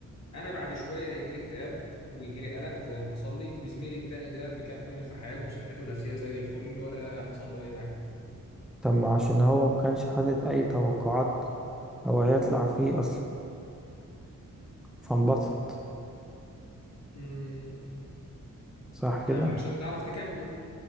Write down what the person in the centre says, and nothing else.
طب ما عشان هو مكانش حاطط اي توقعات هو هيطلع فيه اصلا فانبسط
صح كده